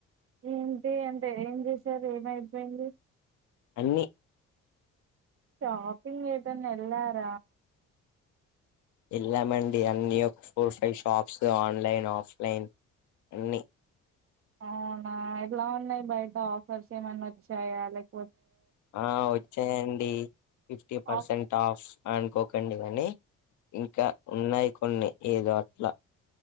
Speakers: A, on the right; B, on the left.
A: ఏంటి అంటే ఏం చేసారు ఏమైపోయింది
B: అన్నీ
A: షాపింగ్ ఎటన్న ఎల్లార
B: వెళ్ళామండి అన్ని four five shops online offline అన్ని
A: అవునా ఎలా ఉన్నాయ్ బయట ఆఫర్స్ ఏమన్నా వచ్చాయా లేక
B: ఆ వచ్చాయండి ఫిఫ్టీ పర్సెంట్
A: ఆఫ్
B: ఆఫ్ అనుకోకండి గాని ఇంకా ఉన్నాయి కొన్ని ఏదో అట్ల